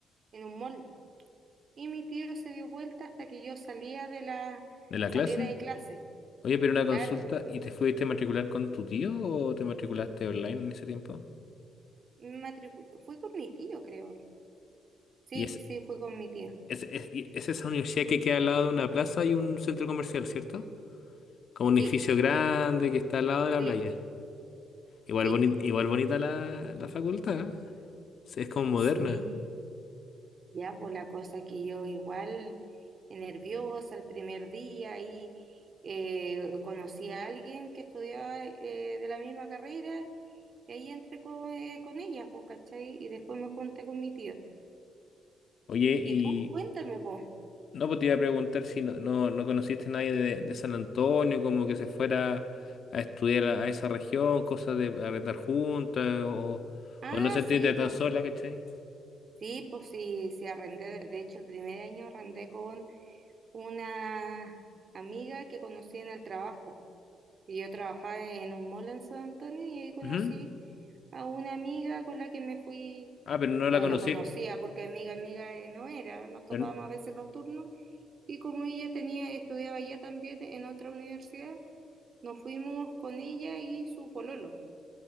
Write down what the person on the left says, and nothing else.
¿De la
clase?
Oye, pero una
consulta, ¿y te fuiste a matricular con tu tío o te matriculaste online en ese tiempo?
y es
Es, es, y es esa universidad que queda al lado de una plaza y un centro comercial, ¿cierto? Como un
edificio grande que está al lado
de la playa. Igual,
boni- igual bonita la, la facultad, ¿eh? Sí, Es como moderna.
Oye, y
no, pues te iba a preguntar si no, no, no conociste a nadie de, de San Antonio, como que se fuera a estudiar a, a esa región, cosas de arrendar juntas, o,
o no sentiste
tan
sola, ¿cachai?
Ujú.
Ah, pero no
la conocí.
pero-